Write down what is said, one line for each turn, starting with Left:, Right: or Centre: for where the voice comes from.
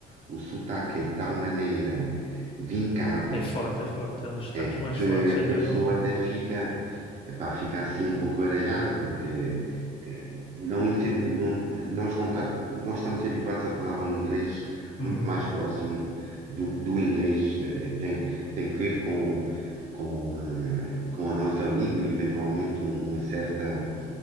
Right: o sotaque é de tal maneira vincado
Left: É forte, é forte, é um dos destaques
Right: é,
Left: mais
Right: que,
Left: fortes, sem
Right: que
Left: dúvida
Right: a pessoa
Left: alguma.
Right: até fica, epá, fica assim um pouco baralhada, porque eh, não entende, não- eh, nós, não tá- nós estamos habituados a falar um inglês
Left: Uhum.
Right: muito mais próximo do, do inglês, eh, eh, tem, tem que ver com, com, eh, com a nossa língua e eventualmente uma certa,